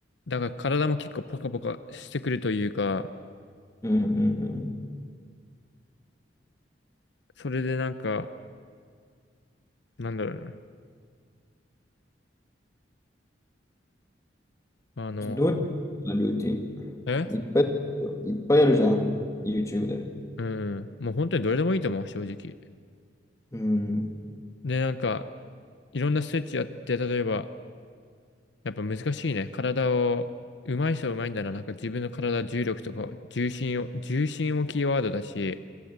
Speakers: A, on the left; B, on the left.
A: だから体も結構ポカポカしてくるというか、
B: うんうん
A: それでなんか、なんだろうな。あの、
B: うん。どうやってルーティ
A: え
B: ンいっぱい、いっぱいあるじゃん。YouTube で。
A: うん。もう本当にどれでもいいと思う、正直。
B: うん。
A: で、なんか、いろんなストレッチやって、例えば、やっぱ難しいね。体を、上手い人は上手いんだな。なんか自分の体、重力とか、重心を、重心をキーワードだし、